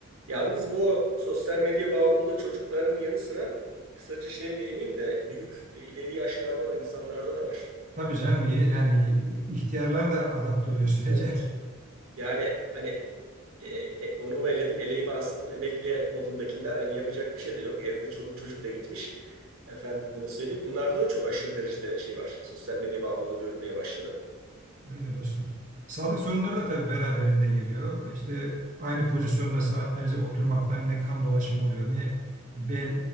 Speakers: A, on the right (about 85°); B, on the right (about 40°).
A: Yalnız bu sosyal medya bağımlılığı çocukların yanı sıra kısaca şeye değineyim de büyük e, ileri yaşlarda olan insanlarda da var.
B: Tabii canım y- yani ihtiyarlar da adapte oluyor sürece.
A: Evet.
B: <laughs>
A: Yani hani e, e, unumu eledim, eleğimi astım, emekli modundakiler yani yapacak bir şey de yok. Evde çoluk çocuk da gitmiş. Efendime söyleyeyim. Bunlarda da çok aşırı derecede şey var. Sosyal medya bağımlılığı görülmeye başladı.
B: Öyle dostum. Sağlık sorunları da tabii beraberinde geliyor. İşte aynı pozisyonda saatlerce oturmaktan ne kan dolaşımı oluyor, ne bel,